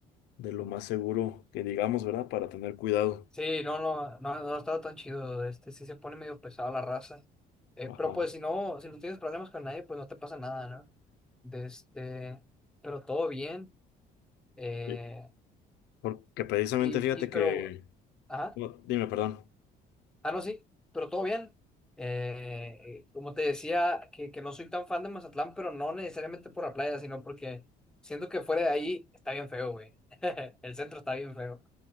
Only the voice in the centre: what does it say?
Sí, no, no, no, no ha estado tan chido. Este sí se pone medio pesado la raza. Eh,
pero pues si no, si no tienes problemas con nadie, pues no te pasa nada, ¿no? De este, pero todo bien. Eh,
y,
y,
pero, ajá.
Ah, no, sí, pero todo bien. Eh, como te decía, que, que no soy tan fan de Mazatlán, pero no necesariamente por la playa, sino porque siento que fuera de ahí está bien feo, güey. <laughs> El centro está bien feo.